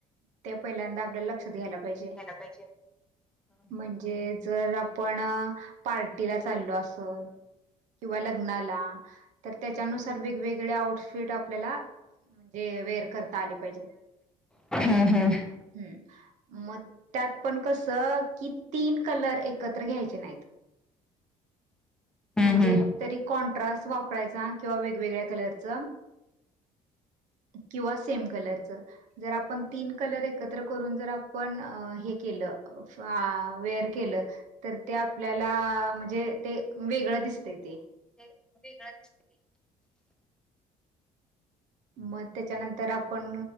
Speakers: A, on the right (about 70°); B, in the centre.
A: ते पहिल्यांदा आपल्याला लक्षात घ्यायला पाहिजे
B: पाहिजे
A: म्हणजे जर आपण पार्टीला चाललो असल किंवा ल नाला तर त्याच्यानुसार वेगवेगळे आऊटफिट आपल्याला जे वेर करता आले पाहिजे
B: हम्म हम्म
A: हम् मग त्यात पण कस किती कलर एकत्र घ्यायचे नाहीत म्हणजे
B: हम्म हम्म
A: तरी कॉन्ट्रास वापरायचा किंवा वेगवेगळ्या कलरच किंवा सेम कलरच जर आपण तीन कलर एकत्र करून जर आपण हे केलं फा वेर केलं तर ते आपल्याला म्हणजे ते वेगळं दिसत ते
B: <unintelligible> वेगळा दिसतोय
A: मग त्याच्या नंतर आपण